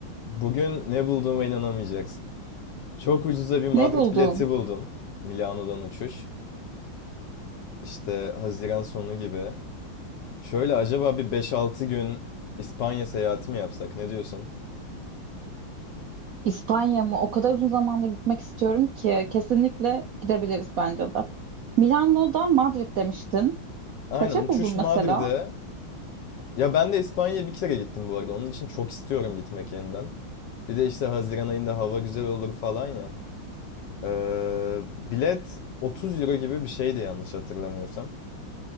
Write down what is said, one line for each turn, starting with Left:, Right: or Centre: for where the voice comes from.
Left: Bugün ne bulduğuma inanamayacaksın. Çok ucuza bir Madrid
Right: Ne buldun?
Left: bileti buldum. Milano'dan uçuş. İşte Haziran sonu gibi. Şöyle acaba bir beş altı gün İspanya seyahati mi yapsak? Ne diyorsun?
Right: İspanya mı? O kadar uzun zamanda gitmek istiyorum ki kesinlikle gidebiliriz bence de. Milano'dan Madrid demiştin.
Left: Aynen
Right: Kaça
Left: uçuş
Right: buldun
Left: Madrid'e.
Right: mesela?
Left: Ya ben de İspanya'ya bir kere gittim bu arada. Onun için çok istiyorum gitmek yeniden. Bir de işte Haziran ayında hava güzel olur falan ya. Ee, bilet 30 euro gibi bir şeydi yanlış hatırlamıyorsam.